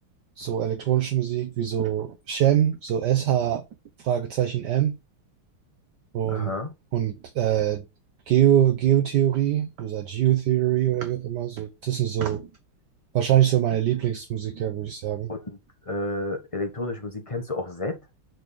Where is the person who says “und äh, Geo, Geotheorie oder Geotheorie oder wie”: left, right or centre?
Right